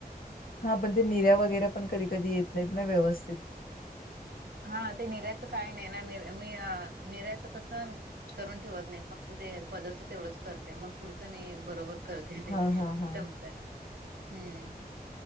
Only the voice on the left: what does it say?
हा पण ते निर्या वगैरे पण कधी कधी येत नाहीत ना व्यवस्थित.
हा हा हा